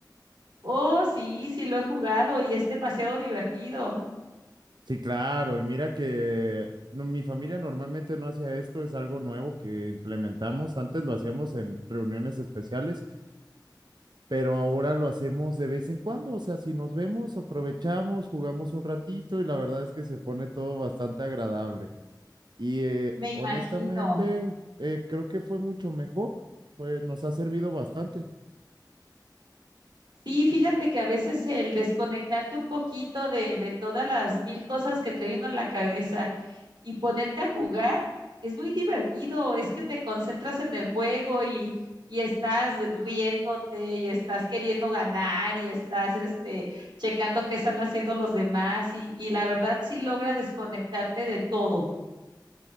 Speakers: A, on the right; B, on the right.
A: Oh, sí, sí lo he jugado y es demasiado divertido,
B: Sí, claro, y mira que no, mi familia normalmente no hacía esto, es algo nuevo que implementamos. Antes lo hacíamos en reuniones especiales, pero ahora lo hacemos de vez en cuando. O sea, si nos vemos, aprovechamos, jugamos un ratito y la verdad es que se pone todo bastante agradable. Y eh,
A: me
B: honestamente,
A: imagino.
B: eh, creo que fue mucho mejor, pues nos ha servido bastante.
A: Sí, fíjate que a veces el desconectarte un poquito de, de todas las mil cosas que trae uno en la cabeza y ponerte a jugar es muy divertido, es que te concentras en el juego y, y estás riéndote y estás queriendo ganar y estás este, checando qué están haciendo los demás y, y la verdad sí logra desconectarte de todo.